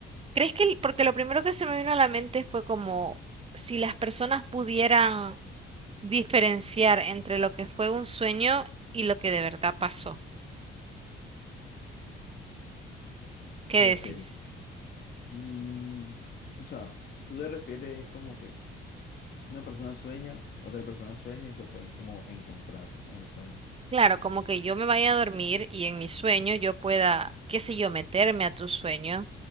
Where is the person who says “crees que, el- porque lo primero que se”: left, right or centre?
Right